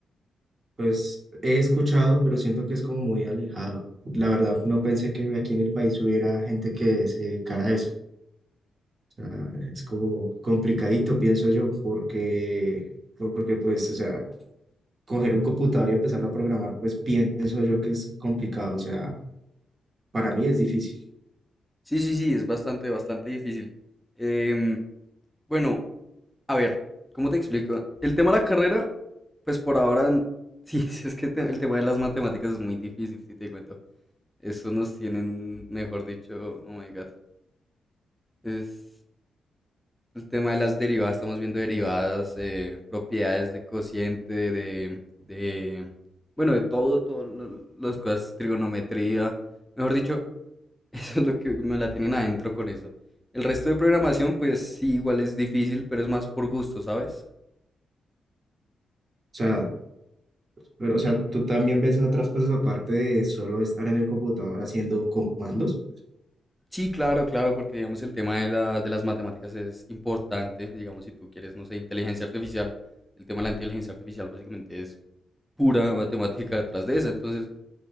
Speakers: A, on the right; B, in the centre.
A: Pues he escuchado, pero siento que es como muy alejado. La verdad, no pensé que aquí en el país hubiera gente que se dedicara a eso. O sea, es como complicadito, pienso yo, porque, porque pues, o sea, coger un computador y empezarlo a programar, pues pienso yo que es complicado. O sea, para mí es difícil.
B: Sí, sí, sí, es bastante, bastante difícil. Em, bueno, a ver, ¿cómo te explico? El tema de la carrera, pues por ahora, n- <laughs> sí, es que te- el tema de las matemáticas es muy difícil, si te cuento. Eso nos tienen, mejor dicho, oh my god. Es el tema de las derivadas, estamos viendo derivadas, eh, propiedades de cociente, de, de, bueno, de todo, todas las cosas, trigonometría, mejor dicho, <laughs> eso es lo que me la tienen adentro con eso. El resto de programación, pues sí, igual es difícil, pero es más por gusto, ¿sabes?
A: O sea, pero, o sea, tú también ves otras cosas aparte de solo estar en el computador haciendo comandos.
B: Sí, claro, claro, porque digamos el tema de, la- de las matemáticas es importante, digamos si tú quieres, no sé, inteligencia artificial, el tema de la inteligencia artificial básicamente es pura matemática detrás de esa. Entonces,